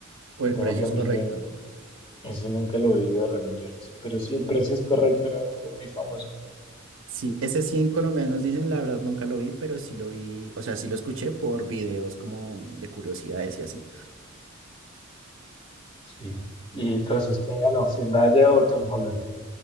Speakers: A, on the right; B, on the left.
A: o el
B: Dos
A: precio
B: remillones.
A: es correcto.
B: Ese nunca lo vi de Remillones, pero sí, el precio es correcto, era- fue muy famoso.
A: Sí, ese 100 colombianos dicen, la verdad nunca lo vi, pero sí lo vi, o sea, sí lo escuché por videos como de curiosidades y así.
B: Sí. Y entonces, ¿quién ganó? ¿Zendaya o Tom Holland? O